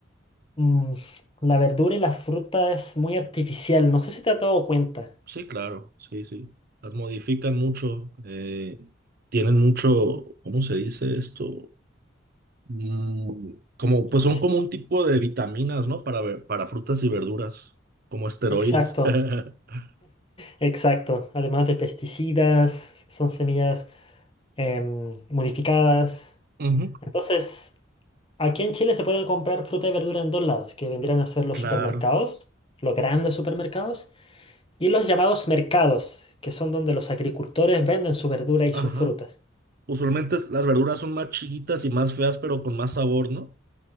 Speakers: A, on the left; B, on the right.
A: mm, la verdura y la fruta es muy artificial, no sé si te has dado cuenta.
B: Sí, claro. Sí, sí. Las modifican mucho. eh, tienen mucho, ¿cómo se dice esto? Mm, como, pues son
A: Es-
B: como un tipo de vitaminas, ¿no? Para, ver- para frutas y verduras, como esteroides.
A: exacto,
B: <laughs>
A: exacto. Además de pesticidas, son semillas em, modificadas.
B: Ujú,
A: Entonces, aquí en Chile se pueden comprar fruta y verdura en dos lados, que vendrían a ser los
B: Claro.
A: supermercados, los grandes supermercados, y los llamados mercados, que son donde los agricultores venden su verdura y
B: Ajá.
A: sus frutas.
B: Usualmente es- las verduras son más chiquitas y más feas, pero con más sabor, ¿no?